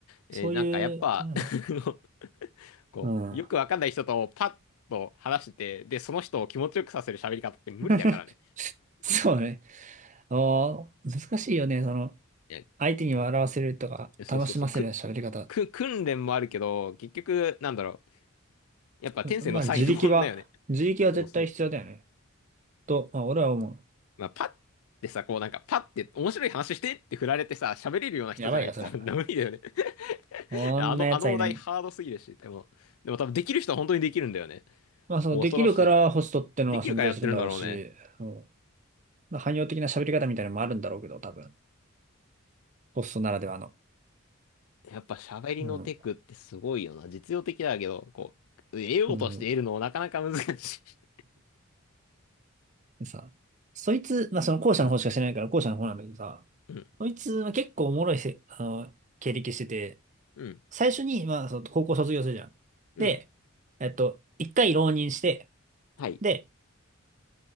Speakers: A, on the left; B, on the right.
A: えーなんかやっぱ
B: そういう、どうなんだろ
A: <laughs> あのこう、
B: う。うん。
A: よくわかんない人とパッと話してて、で、その人を気持ちよくさせる喋り方って無理だからね。
B: <laughs> そうね。ああ、難しいよね、その。
A: え
B: 相手に笑わせるとか、
A: そうそうそう。
B: 楽しませる喋り方。
A: くく、訓練もあるけど、結局、なんだろう。やっぱ天性の才能だよね。
B: うまあ、自力は、自力は絶対必要だよね。
A: そうそう。
B: と、まあ、俺は思
A: まあ、パッってさ、こうなんか、パッって面白い話してって振られてさ、喋れるような人じゃないと多分無理だよね。
B: う。やばいよ、それは。
A: <laughs>
B: こんな奴はいない。
A: あの、あのお題ハードすぎるし、でも、でも多分できる人は本当にできるんだよね。
B: まあ、その、
A: 恐ろしい。
B: できるからホストってのは存在するんだろうし、
A: できるからやってるんだろうね。
B: そうまあ、汎用的な喋り方みたいなのもあるんだろうけど、多分。ホストならではの。
A: やっぱ喋りのテクってすごいよな。
B: うん。
A: 実用的だけど、こう、得ようとして得るのもなかなか難しい。
B: うん。でさ、そいつ、まあ、その後者の方しか知らないから後者の方なんだけどさ、
A: <laughs> うん、うん、
B: そいつは結構おもろいせ、あの、経歴してて、
A: うん、
B: 最初に、まあ、その高校卒業するじゃん。
A: うん。
B: で、えっと、一回浪人して、
A: はい、
B: で、